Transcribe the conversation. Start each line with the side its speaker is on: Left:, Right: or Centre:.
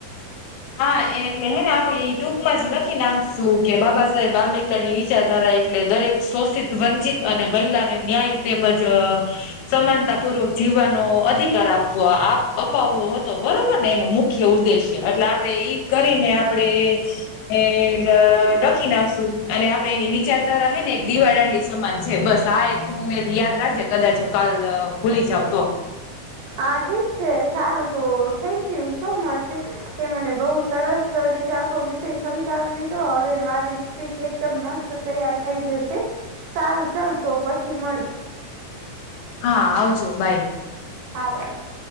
Left: હા એટલે હેને આપડે ટૂંકમાં જ લખી નાખશું કે બાબા સાહેબ આંબેડકર ની વિચારધારા એટલે દરેક શોષિત, વંચિત અને મહિલાને ન્યાય તેમજ... સમાનતા પૂર્વક જીવવાનો અધિકાર આપવો આપ અપાવવો હતો બરોબર ને એનો મુખ ય ઉદેશ્ય. <unintelligible> એટલે આપડે <unintelligible> કરીને આપડે.... એ... લખી નાખશું. અને આપડે એની વિચારધારા હે ને એક દીવાદાંડી સમાન છે. બસ આ એક તું એક યાદ રાખજે કદાચ હું કાલ..... ભૂલી જાવ તો
Right: હા ઠીક છે. સારું તો થેન્ક યુ સો મચ. તે મને બહુ સરસ રીતે આખો વિષય સમજાવી દીધો. હવે મારી <unintelligible> એકદમ મસ્ત તૈયાર થઈ જશે. સારું ચાલ તો પછી મળ્યું.
Left: હા આવજો બાય.
Right: <unintelligible>